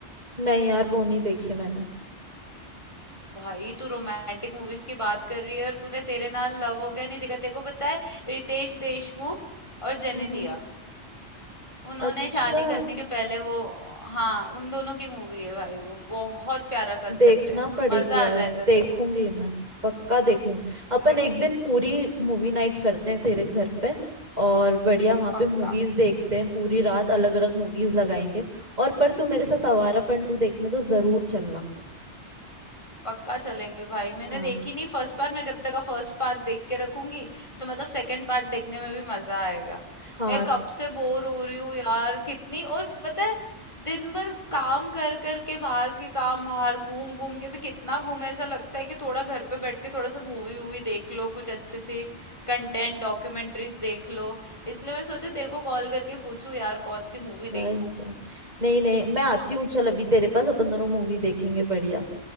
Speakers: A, on the right; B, on the left.
A: नहीं यार वो नहीं देखी मैंने
B: भाई तू रोमांटिक मूवीज की बात कर रही है और तूने तेरे नाल लव हो गया नहीं देखा तेरे को पता है रितेश देशमुख और जेनेलिया
A: हम्म हम्म
B: उन्होंने
A: अच्छा
B: शादी करने के पहले वो हाँ उन दोनों की मूवी है भाई वो बहुत प्यारा कंसेप्ट
A: देखना
B: है
A: पड़ेगी
B: मजा
A: यार
B: आ जाएगा
A: देखूंगी
B: तेरे को
A: मैं पक्का देखूंगी अपन
B: मेरे
A: एक
B: को
A: दिन पूरी मूवी नाइट करते हैं तेरे घर पे और बढ़िया वहां पे
B: पक्का
A: मूवीज देखते हैं पूरी रात अलग अलग मूवीज लगाएंगे और पर तू मेरे साथ आवारा पंटू देखने तो जरूर चलना
B: पक्का चलेंगे भाई मैंने
A: हाँ
B: देखी नहीं फर्स्ट पार्ट मैं जब तक का फर्स्ट पार्ट देख के रखूंगी तो मतलब सेकंड पार्ट देखने में भी मजा आएगा
A: हाँ
B: मैं कब से बोर हो रही हूँ यार कितनी और पता है दिन भर काम कर कर के बाहर के काम बाहर घूम घूम के भी कितना घूमे ऐसा लगता है कि थोड़ा घर पे बैठ के थोड़ा सा मूवी वूवी देख लो कुछ अच्छे से कंटेंट डॉक्यूमेंट्रीज देख लो इसलिए मैं सोचा तेरे को कॉल करके पूछूं यार कौन सी मूवी
A: भाई
B: देखूं
A: यार नहीं नहीं मैं आती हूँ चल अभी तेरे पास अपन दोनों मूवी देखेंगे बढ़िया